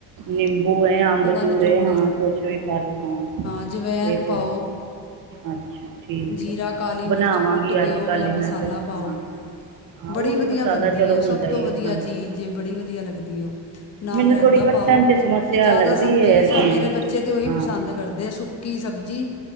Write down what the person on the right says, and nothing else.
ਨਿੰਬੂ ਏ ਅੰਬ ਚੂਰ
ਏ, ਹਾਂ
ਕੁਛ ਵੀ ਪਾਲੋ ਹਾਂ
ਏਹ ਤੇ
ਅੱਛਾ ਠੀਕ
ਹੈ
ਬਣਾਵਾਂਗੀ
ਅੱਜ
ਕੱਲ੍ਹ
ਹੀ
ਮੈਂ ਫਿਰ
ਹਾਂ ਹਾਂ ਉਹ
ਤੇ
ਮਸਾਲਾ
ਚਲੋ
ਹੁੰਦਾ
ਹੀ
ਹੈ ਹਾਂਜੀ
ਮੈਨੂੰ
ਥੋੜ੍ਹੀ ਕੱਟਣ
'ਚ ਸਮੱਸਿਆ
ਲੱਗਦੀ
ਹੈ ਅਰਬੀ
ਵੀ
ਹਾਂ